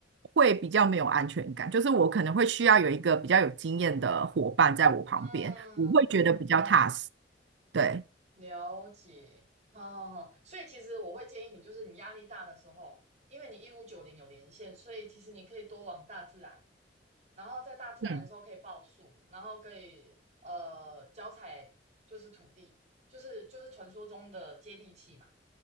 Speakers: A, on the right (about 70°); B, on the right (about 40°).
A: 会比较没有安全感，就是我可能会需要有一个比较有经验的伙伴在我旁边，
B: 嗯嗯，
A: 我会觉得比较踏实。对，
B: 了解。好好好，所以其实我会建议你，就是你压力大的时候，因为你一五九零有连线，所以其实你可以多往大自然。然后在大自然的时候可以抱树，
A: 嗯，
B: 然后可以呃脚踩就是土地，就是就是传说中的接地气嘛。